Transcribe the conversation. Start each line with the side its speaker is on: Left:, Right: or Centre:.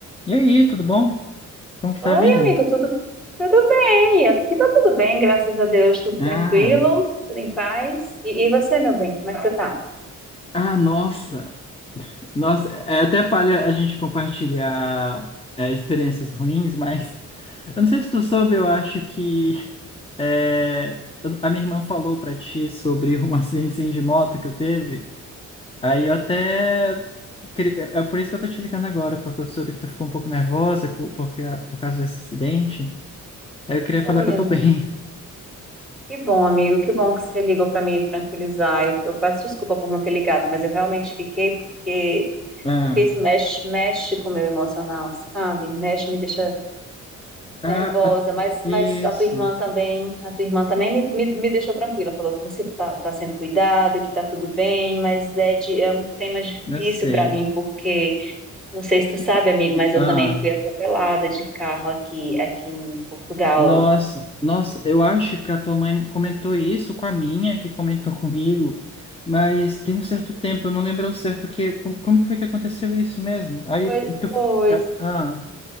Left: E aí, tudo bom? Como que
Centre: Oi,
Left: tá a vida?
Centre: amigo, tudo, tudo bem? Aqui tá tudo bem, graças a Deus, tudo
Left: Ah,
Centre: tranquilo, tudo em paz. E, e você, meu bem, como é que você tá?
Left: ah, nossa, nossa, é até palha a gente compartilhar é, experiências ruins, mas eu não sei se tu soube, eu acho que é, eu- a minha irmã falou pra ti sobre um <laughs> acidente assim, de moto que eu teve. Aí eu até queria- é é por isso que eu tô te ligando agora, porque eu soube que tu ficou um pouco nervosa por, porque- por causa desse acidente. Aí eu queria
Centre: Oi,
Left: falar que eu
Centre: amigo.
Left: tô bem. <laughs>
Centre: Que bom, amigo, que bom que você ligou para me tranquilizar. Eu, eu peço desculpa por não ter ligado, mas eu realmente fiquei porque
Left: Ah,
Centre: porque isso mexe, mexe com o meu emocional, sabe? Mexe, me deixa
Left: ah,
Centre: nervosa,
Left: ah,
Centre: mas,
Left: isso,
Centre: mas a tua irmã também, a tua irmã também me, me, me deixou tranquila, falou que você tá, tá sendo cuidado, que tá tudo bem, mas é, de, é um tema difícil
Left: eu sei.
Centre: para mim, porque, não sei se tu sabe, amigo, mas eu
Left: Ah.
Centre: também fui atropelada de carro aqui, aqui em Portugal.
Left: Nossa, nossa, eu acho que a tua mãe comentou isso com a minha, que comentou comigo, mas tem um certo tempo, eu não lembro ao certo que, como, como que foi que aconteceu isso mesmo? Aí,
Centre: Pois,
Left: tu,
Centre: pois,
Left: ah,